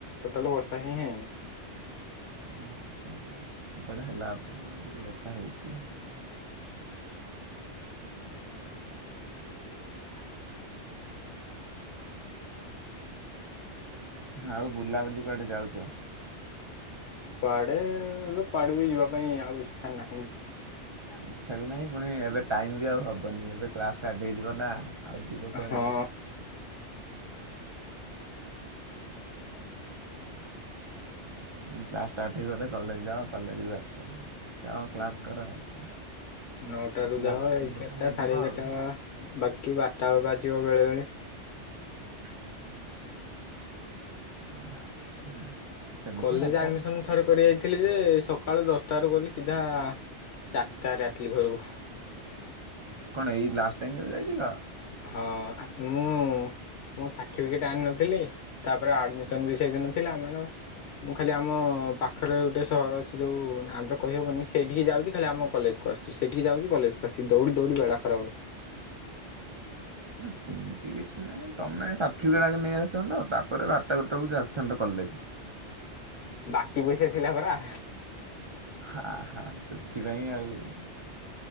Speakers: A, on the left (about 70°); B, on the right (about 45°).
A: ଟୋଟାଲ ବର୍ଷା ହିଁ ହେଇନି।
B: ଆଛା ଏପଟେ ହେଲାପ ଟିକେ ବର୍ଷା ହେଇଛି।
A: ହୁଁ ହୁଁ।
B: <unintelligible> ଆଉ ବୁଲାବୁଲି କୁଆଡେ ଯାଉଛ?
A: କୁଆଡେ ଏବେ କୁଆଡେ ବି ଯିବା ପାଇଁ ଆଉ ଇଚ୍ଛା ନାହିଁ।
B: ଇଚ୍ଛା ବି ନାହିଁ ପୁଣି ଏବେ ଟାଇମ ବି ଆଉ ହବନି ଏବେ କ୍ଲାସ ଷ୍ଟାର୍ଟ ହେଇଯିବ ନା ଆଉ ଯିବ କୁଆଡେ।
A: ହଁ।
B: ମାନେ କ୍ଲାସ୍ ଷ୍ଟାର୍ଟ ହେଇଗଲେ କଲେଜ ଯାଅ କଲେଜରୁ ଆସ। ଯାଅ
A: ହୁଁ
B: କ୍ଲାସ କର ଆସ
A: ନଅଟାରୁ
B: ରେଗୁଲାର
A: ଯାଅ
B: ରୁଟିନ
A: ଏଗାରଟା
B: ଗୋଟେ ହେଇଯିବ
A: ସାଢେ ଏଗାରଟା
B: ଆଉ।
A: ବାକି ବାରଟା ବାଜିବ ବେଳେ ବେଳେ।
B: <inaudible> ସେମିତି
A: କଲେଜ
B: ହବ
A: ଆଡମିସନ ଥରେ କରି ଯାଇଥିଲି ଯେ ସକାଳ ଦଶଟାରୁୁ ଗଲି ସିଧା ଚାରିଟାରେ ଆସିଲି ଘରକୁ
B: କଣ ଏଇ ଲାଷ୍ଟ ଟାଇମ ଯୋଉ ଯାଇଥିଲ?
A: ହଁ ମୁଁ ମୋ ସାଠିଫିକେଟ ଆଣି ନଥିଲି ତାପରେ ଆଡମିସନ ବି ସେଇଦିନ ଥିଲା। ମାନେ ମୁଁ ଖାଲି ଆମ ପାଖରେ ଗୋଟେ ସହର ଅଛି ଯୋଉ ନା ତ କହବନି ସେଇଠିକି ଯାଉଚି ଖଲି ଆମ କଲେଜ କୁ ଆସୁଚି ସେଠି ଯାଉଚି କଲେଜକୁ ଆସି ଦୌଡ଼ି ଦୌଡି ବେଳା ଖରାପେ।
B: ସେମିତି କିଛି ନାହିଁ ତମେ ସାର୍ଠିଫିକେଟ ଆଗେ ନେଇ ଆସିଥାନ୍ତ ତାପରେ ବାରଟା ଗୋଟେ ବେକୁ ଯ ଆସିଥାନ୍ତ କଲେଜ।
A: ବାକି ପଇସା ଥିଲା ପରା।
B: ହା ହା ସେଥିପାଇଁ ଆଉ।